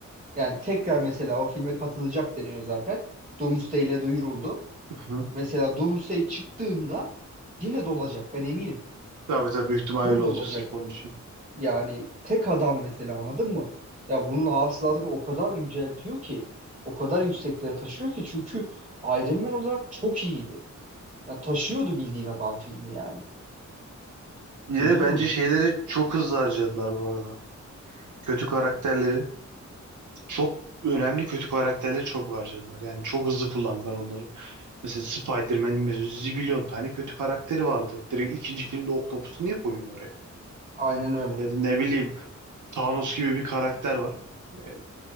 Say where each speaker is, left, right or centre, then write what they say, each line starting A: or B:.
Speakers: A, on the right (about 25°); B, on the right (about 85°).
A: Yani tekrar mesela o filme katılacak deniyor zaten. Doomsday ile duyuruldu.
B: Hı hı.
A: Mesela Doomsday çıktığında yine dolacak ben eminim.
B: Tabii tabii büyük ihtimal
A: Full
B: öyle
A: dolacak.
B: olacak sırf onun için.
A: Yani tek adam mesela anladın mı? Ya bunun hasılatını o kadar yüceltiyor ki. O kadar yükseklere taşıyor ki. Çünkü Iron Man olarak çok iyiydi. Ya taşıyordu bildiğin adam filmi yani.
B: Bir
A: Bilmiyorum.
B: de bence şeyleri çok hızlı harcadılar bu arada. Kötü karakterleri çok önemli kötü karakterleri çok harcadılar. Yani çok hızlı kullandılar onları. Mesela Spider-Man'in mesela zibilyon tane kötü karakteri vardı. Direkt ikinci filmde Octopus'u niye koyuyorsun oraya?
A: Aynen öyle.
B: Ya da ne bileyim Thanos gibi bir karakter var. E,